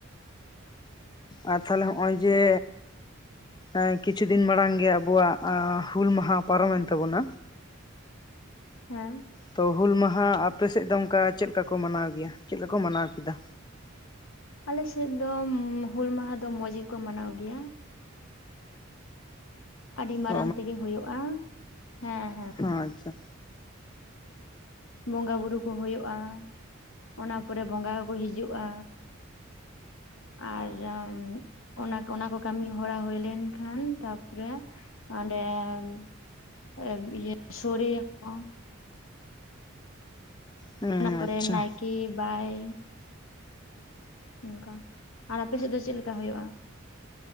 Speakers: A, on the left; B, on the left.
A: ᱟᱨ ᱛᱟᱦᱚᱞᱮ ᱦᱚᱜ-ᱚᱭ ᱡᱮ ᱮᱸ ᱠᱤᱪᱷᱩ ᱫᱤᱱ ᱢᱟᱲᱟᱝ ᱜᱮ ᱟᱵᱚᱣᱟᱜ ᱟᱸ ᱦᱩᱞ ᱢᱟᱦᱟ ᱯᱟᱨᱚᱢᱮᱱ ᱛᱟᱵᱚᱱᱟ,
B: ᱦᱮᱸ,
A: ᱛᱚ ᱦᱩᱞ ᱢᱟᱸᱦᱟ ᱟᱯᱮᱥᱮᱫ ᱫᱚ ᱚᱸᱠᱟ ᱪᱮᱫ ᱞᱮᱠᱟ ᱠᱚ ᱢᱟᱱᱟᱣ ᱜᱮᱭᱟ, ᱪᱮᱫ ᱞᱮᱠᱟ ᱠᱚ ᱢᱟᱱᱟᱣ ᱠᱮᱫᱟ?
B: ᱟᱞᱮᱥᱮᱫ ᱫᱚ ᱢᱩᱸᱻ ᱦᱩᱞ ᱢᱟᱦᱟ ᱫᱚ ᱢᱚᱸᱡᱽ ᱜᱮᱠᱚ ᱢᱟᱱᱟᱣ ᱜᱮᱭᱟ᱾ ᱟᱹᱰᱤ ᱢᱟᱨᱟᱝ
A: ᱚ
B: ᱛᱮᱜᱮ ᱦᱩᱭᱩᱜ-ᱟ, ᱦᱮᱸ ᱦᱮᱸ᱾
A: ᱟᱸᱻᱪᱷᱟ
B: ᱵᱚᱸᱜᱟ ᱵᱩᱨᱩ ᱠᱚ ᱦᱳᱭᱳᱜᱼᱟ, ᱚᱱᱟ ᱯᱚᱨᱮ ᱵᱚᱸᱜᱟ ᱠᱚᱠᱚ ᱦᱤᱡᱩᱜᱼᱟ, ᱟᱨ ᱡᱚᱢ ᱢᱤᱫ ᱚᱱᱟᱠᱚ ᱚᱱᱟ ᱠᱚ ᱠᱟᱹᱢᱤ ᱦᱚᱲᱟ ᱦᱩᱭ ᱞᱮᱱᱠᱷᱟᱱ ᱛᱟᱨᱯᱚᱨᱮ ᱚᱸᱰᱮᱱ ᱮᱵᱽ ᱤᱭᱟᱹ ᱥᱳᱨᱮ ᱭᱟᱠᱚ᱾
A: ᱦᱩᱸ
B: ᱚᱱᱟ ᱯᱚᱨᱮ
A: ᱟᱪᱪᱷᱟ
B: ᱱᱟᱭᱠᱮ ᱵᱟᱭ ᱱᱚᱱᱠᱟ, ᱟᱨ ᱟᱯᱮᱥᱮᱫ ᱫᱚ ᱪᱮᱫ ᱞᱮᱠᱟ ᱦᱩᱭᱩᱭ-ᱟ?